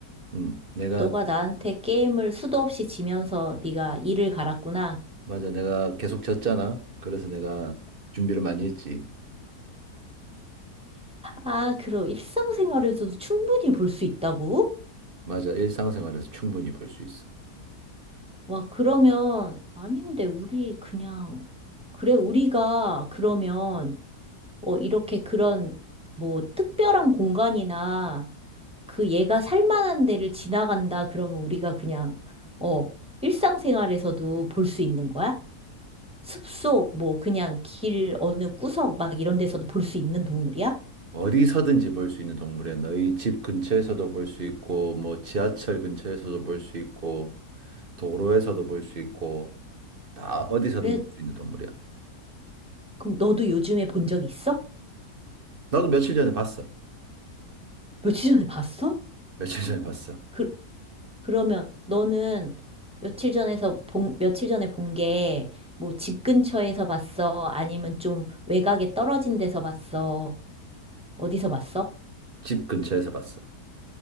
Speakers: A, on the right; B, in the centre.
A: 음, 내가
B: 너가 나한테 게임을 수도 없이 지면서 네가 이를 갈았구나.
A: 맞아. 내가 계속 졌잖아. 그래서 내가 준비를 많이 했지.
B: 아, 그럼 일상생활에서도 충분히 볼 수 있다고?
A: 맞아. 일상생활에서 충분히 볼 수 있어.
B: 와, 그러면, 아닌데, 우리 그냥, 그래, 우리가 그러면, 어, 이렇게 그런, 뭐, 특별한 공간이나, 그 얘가 살만한 데를 지나간다 그러면 우리가 그냥 어 일상생활에서도 볼 수 있는 거야? 숲속 뭐 그냥 길 어느 구석 막 이런 데서도 볼 수 있는 동물이야?
A: 어디서든지 볼 수 있는 동물이야. 너희 집 근처에서도 볼 수 있고, 뭐 지하철 근처에서도 볼 수 있고, 도로에서도 볼 수 있고, 다 어디서든
B: 그래
A: 볼 수 있는 동물이야.
B: 그럼 너도 요즘에 본 적 있어?
A: 나도 며칠 전에 봤어.
B: 며칠 전에 봤어?
A: 며칠 전에 봤어.
B: 그 그러면 너는 며칠 전에서 본 며칠 전에 본 게 뭐 집 근처에서 봤어? 아니면 좀 외곽에 떨어진 데서 봤어? 어디서 봤어?
A: 집 근처에서 봤어.